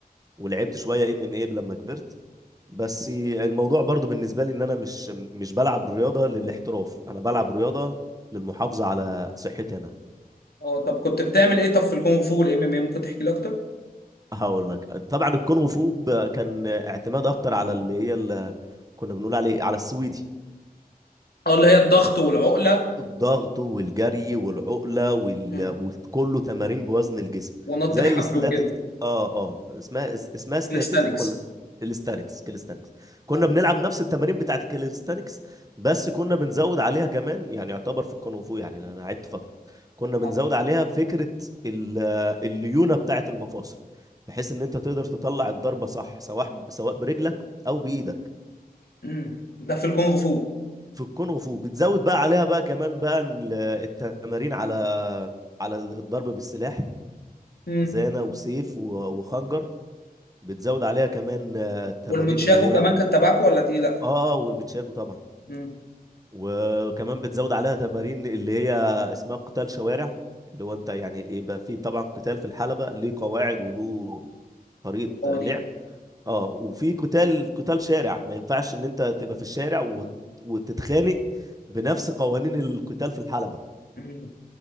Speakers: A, on the right; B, on the left.
A: ولعبت شويه ام ام اي لما كبرت بس الموضوع برضو بالنسبه لي ان انا مش مش بلعب رياضه للاحتراف انا بلعب رياضه للمحافظه على صحتي انا
B: اه طب كنت بتعمل ايه طب في الكونغ فو والام ام اي ممكن تحكي لي اكتر
A: هقول لك طبعا الكونغ فو ب- كان اعتماد اكتر على اللي هي اللي كنا بنقول عليه على السويدي
B: اه اللي هي الضغط والعقلة
A: الضغط والجري والعقله وال...
B: مم.
A: وكله تمارين بوزن الجسم
B: ونط
A: زي
B: الحبل
A: الاستاتيك
B: وكده
A: اه اه اسمها اس- اسمها سلاتيتك
B: كاليستانكس
A: ولا اسم- الاستانكس كاليستانكس كنا
B: اه
A: بنلعب نفس التمارين بتاعت الكاليستانكس بس كنا بنزود عليها كمان يعني يعتبر في الكونغ فو يعني انا لعبت فتره كنا بنزود
B: اه.
A: عليها فكره ال- الليونه بتاعت المفاصل بحيث ان انت تقدر تطلع الضربه صح سواء سواء برجلك او بايدك
B: مم. ده في الكونغ فو
A: في الكونغ فو بتزود بقى عليها بقى كمان بقى ال- التمارين على على الضرب بالسلاح
B: مم.
A: زانة وسيف و- وخنجر بتزود عليها كمان آه، التمارين
B: والمنشاكو
A: اللي هي
B: كمان
A: اه
B: كان تبعكو ولا دي لا
A: اه والبتشاكو طبعا
B: مم.
A: وكمان بتزود عليها تمارين اللي هي اسمها قتال شوارع اللي هو انت يعني يبقى في طبعا قتال في الحلبة ليه قواعد وله طريقة
B: قوانين
A: لعب اه وفي قتال قتال شارع ما ينفعش ان انت تبقى في الشارع وت- وتتخانق بنفس قوانين القتال في الحلبة
B: مم.